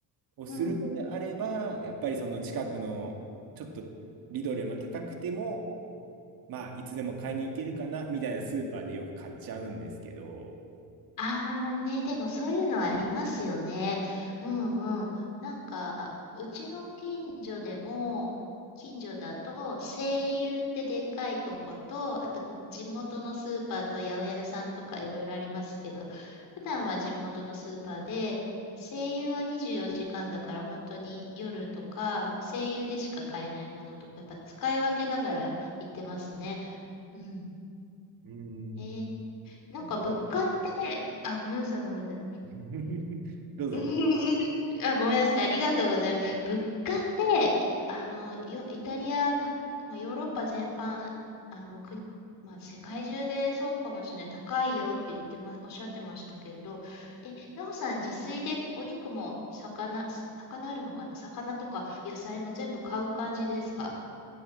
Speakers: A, on the right; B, on the left.
A: をするのであれば、
B: うん
A: やっぱりその近くのちょっとリドルよりも高くても、まあ、いつでも買いに行けるかな、みたいなスーパーでよく買っちゃうんですけど、
B: ああね、でもそういうのはありますよね。うんうんなんか、うちの近所でも、近所だと、西友ってでかいとこと、あと地元のスーパーと八百屋さんとかいろいろありますけど、普段は地元のスーパーで、西友は24時間だから本当に夜とか、西友でしか買えないものとか、やっぱ使い分けながら行ってますね。うん。
A: うーん
B: えーなんか物価って、
A: 例えば、はい
B: あ、ごめんなさい、ごめんなさい。
A: <laughs> どうぞ。
B: <laughs> あ、ごめんなさい。ありがとうございます。物価って、あの、よ、イタリア、た、まあ、ヨーロッパ全般、あの、国、まあ、世界中でそうかもしれない。高いよって言ってま、おっしゃってましたけど、え、なおさん、自炊でお肉も魚、魚あるのかな魚とか野菜も全部買う感じですか